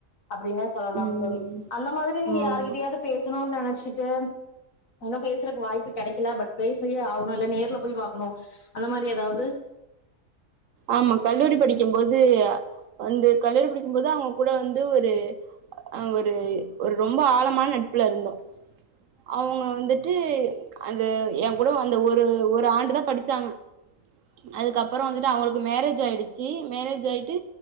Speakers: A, on the left; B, on the right.
A: அப்டின்னே சொல்லலாம்
B: ம்
A: தோழி அந்த மாதிரி நீங்க யாருகிட்டயாவது
B: ஆமா
A: பேசணும்னு நெனச்சிட்டு இன்னு பேசுறக்கு வாய்ப்பு கெடைக்கல பட் பேசியே ஆகணு இல்ல நேர்ல போய் பாக்கணு அந்த மாரி ஏதாவது
B: ஆமா கல்லூரி படிக்கும்போது வந்து கல்லூரி படிக்கும் போது அவங்க கூட வந்து ஒரு ஆ ஒரு ஒரு ரொம்ப ஆழமான நட்புல இருந்தோ அவுங்க வந்துட்டு அந்த ஏ கூட அந்த ஒரு ஒரு ஆண்டுதா படிச்சாங்க அதுக்கப்பறோ வந்துட்டு அவுங்களுக்கு மேரேஜ் ஆயிடுச்சி மேரேஜ் ஆயிட்டு